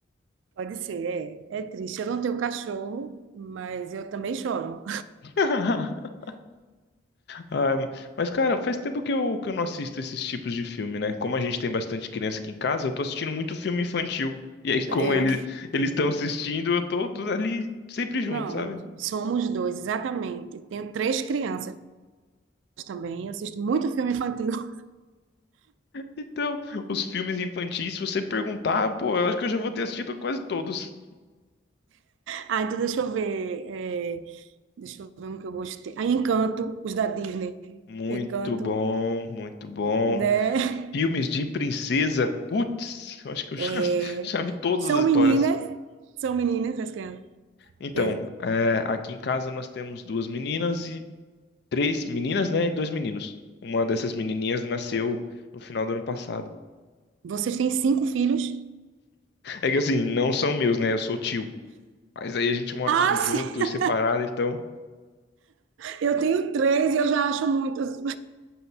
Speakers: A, on the right; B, on the left.
A: Pode ser, é, é triste. Eu não tenho cachorro, mas eu também choro.
B: <laughs> Ah, mas, cara, faz tempo que eu, que eu não assisto esses tipos de filme, né? Como a gente tem bastante criança aqui em casa, eu tô assistindo muito filme infantil. E aí, como
A: Eu,
B: ele, eles estão assistindo, eu tô, tô ali sempre
A: não,
B: junto, sabe?
A: somos dois, exatamente. Tenho três crianças também. Eu assisto muito filme infantil. <laughs>
B: Então, os filmes infantis, se você perguntar, pô, eu acho que eu já vou ter assistido quase todos.
A: Ah, então deixa eu ver. é, deixa eu ver um que eu gostei. Ah, Encanto, os da Disney.
B: Muito
A: Encanto.
B: bom, muito bom.
A: né?
B: Filmes de princesa, putz, eu acho que eu já,
A: É,
B: <laughs> já vi todas
A: são
B: as histórias.
A: meninas, são meninas as crianças.
B: Então,
A: Tem-
B: é, aqui em casa nós temos duas meninas e três meninas, né, e dois meninos. Uma dessas menininhas nasceu no final do ano passado.
A: Vocês têm cinco filhos?
B: É que assim, não são meus, né, eu sou tio. Mas aí a gente mora
A: Ah,
B: tudo junto
A: sim,
B: e separado, então,
A: eu tenho três e eu já acho muitas.